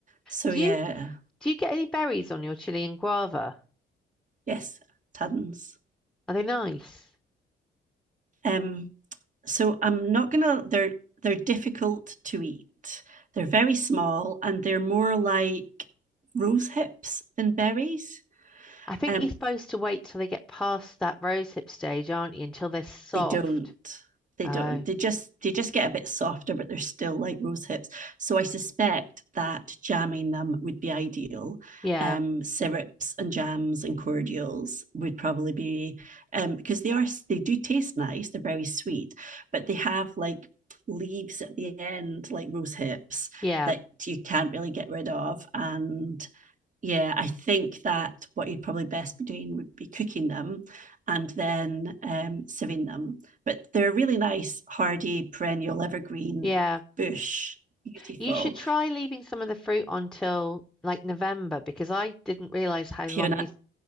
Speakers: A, on the right; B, in the centre.
A: so
B: Do
A: yeah,
B: you do you get any berries on your chili and guava?
A: yes, tons.
B: Are they nice?
A: Um, so I'm not gonna. They're they're difficult to eat. They're very small and they're more like rose hips than berries.
B: I think
A: Um,
B: you're supposed to wait till they get past that rose hip stage, aren't you? Until they're soft.
A: they don't they
B: Oh,
A: don't they just they just get a bit softer but they're still like rose hips so i suspect that jamming them would be ideal
B: yeah,
A: um syrups and jams and cordials would probably be um because they are they do taste nice they're very sweet but they have like leaves at the end like rose hips
B: yeah,
A: that you can't really get rid of and yeah, I think that what you'd probably best be doing would be cooking them and then um, sieving them. But they're a really nice, hardy, perennial, evergreen
B: yeah.
A: bush, beautiful.
B: You should try leaving some of the fruit until like November because I didn't realize how
A: Fiona,
B: long you.